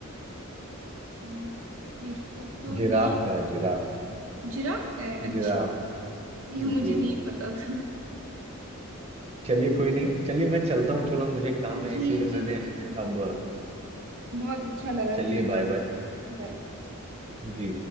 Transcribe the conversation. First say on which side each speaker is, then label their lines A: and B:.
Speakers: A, on the right; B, on the right.
A: हम्म, मेरे को तो
B: जिराफ
A: नहीं पता
B: का है जिराफ
A: जिराफ का है अच्छा
B: जिराफ
A: ये मुझे
B: जी
A: नहीं पता था
B: चलिए कोई नहीं चलिए मैं चलता हूँ थोड़ा मुझे काम
A: जी
B: है इसीलिए
A: जी
B: मैंने
A: जी मैं भी
B: अब
A: बहुत अच्छा लगा
B: चलिए
A: खेल
B: बाय बाय
A: बाय
B: जी